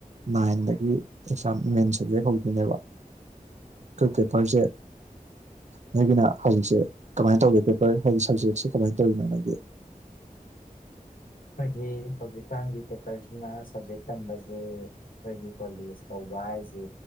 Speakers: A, on the right; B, on the left.
A: ꯅꯥꯏꯟꯗꯒꯤ ꯑꯦꯛꯖꯥꯝ ꯃꯦꯟ ꯁꯕꯖꯦꯛ ꯍꯧ ꯟꯕ ꯀ ꯄꯦꯄꯔꯁꯦ ꯅꯣꯏꯒꯤꯅ ꯍꯧꯖꯤꯛꯁꯦ ꯀꯃꯥꯏꯅ ꯇꯧꯒꯦ ꯄꯦꯄꯔ ꯍꯥꯏꯗꯤ ꯁꯞꯖꯦꯛꯁꯦ ꯀꯃꯥꯏꯅ ꯇꯧꯔꯤꯅꯣ ꯅꯣꯏꯒꯤ
B: ꯑꯩꯈꯣꯏꯒꯤ ꯍꯧꯖꯤꯛꯀꯥꯟꯒꯤ ꯄꯦꯄꯔꯁꯤꯅ ꯁꯕꯖꯦꯛ ꯇꯝꯕꯁꯦ ꯑꯩꯈꯣꯏꯒꯤ ꯀꯣꯂꯦꯖ ꯇꯧꯕ ꯍꯥꯏꯁꯦ